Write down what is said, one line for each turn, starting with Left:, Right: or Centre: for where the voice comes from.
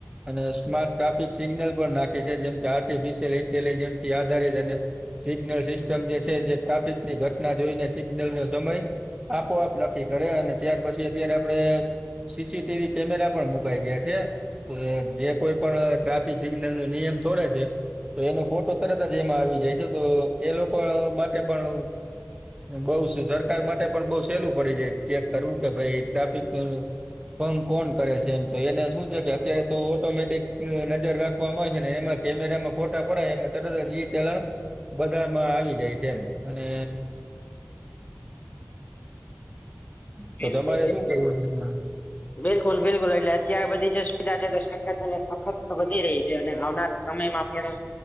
Right: અને સ્માર્ટ ટ્રાફિક સિગ્નલ પણ નાખી છે. જેમ કે આર્ટિફિશિયલ ઇન્ટેલિજન્સ થી આધારે જ અને સિગ્નલ સિસ્ટમ જે છે. જે ટ્રાફિકની ઘટના જોઈને સિગ્નલ નો સમય આપોઆપ નક્કી કરે અને ત્યાર પછી અત્યારે આપડે સીસીટીવી કેમેરા પણ મુકાઈ ગયા છે. જે કોઈ પણ ટ્રાફિક સિગ્નલ ન નિયમ તોડે છે. તો એનો ફોટો તરત જ એમાં આવી જાય છે. તો એ લોકો માટે પણ, બઉ સરકાર માટે પણ બઉ સહેલું પડી જાય ચેક કરવું કે ભાઈ ટ્રાફિક ભંગ કોણ કરે છે. એમ તો એને શું છે. કે અત્યારે તો ઓટોમેટિક નજર રાખવામાં આવે છે. ને એમાં કેમેરા માં ફોટા પડાય એટલે તરત ઈ ચલણ બધામાં આવી જાય છે. એમ અને તો
Left: એ
Right: તમારે શું
Left: <inaudible>
Right: કેવું છે?
Left: બિલકુલ બિલકુલ એટલે અત્યારે બધી જે સુવિધા છે. તો સખત અને સખત વધી રહી છે અને આવનાર સમયમાં પણ